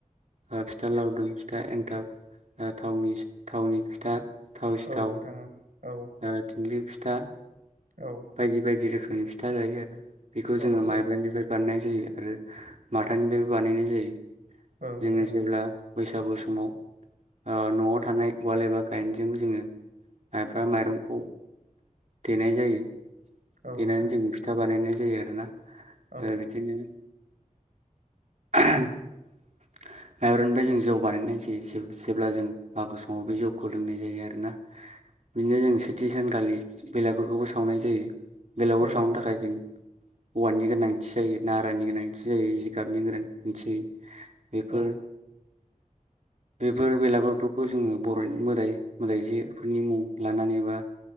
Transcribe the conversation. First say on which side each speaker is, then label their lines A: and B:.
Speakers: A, on the right; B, on the right.
A: आ फिथा लावदुम, फिथा एन्थाब, थावनि थावनि फिथा, थाव सिथाव,
B: औ नोंथां औ
A: ओ थिंख्लि फिथा,
B: औ
A: बायदि बायदि रोखोम नि फिथा जायो आरो बेखौ जोङो
B: औ
A: माइब्रानिफ्राय
B: औ
A: बानायनाय जा जायो आरो माथानिफ्रायबो बानायनाय जायो।
B: ओं नोंथां
A: जोङो जेब्ला बैसागु समाव ओ न'आव थानाय उवाल एबा गाइेनजों जोङो माइब्रा माइरंखौ देनाय जायो।
B: औ
A: देनानै
B: नोंथां
A: जोङो फिथा बानायनाय जायो आरोना।
B: औ
A: ओ बिदिनो माइब्रा निफ्राय जों जौ बानायनाय जायो। जेब्ला जों मागो समाव बे जौखौ लोंनाय जायो आरोना बिदिनो जों सेथि सानखालि बेलागुरफोरखौबो सावनाय जायो। बेलागुर सावनो
B: नोंथां
A: थाखाय जों औवानि गोनांथि जायो नारानि गोनांथि जायो जिगाबनि गोनांथि जायो। बेफोर
B: औ
A: बेफोर बैलागुरफोरखौ जोङो बर'नि मोदाय मोदायजोफोरनि मुं लानानै बा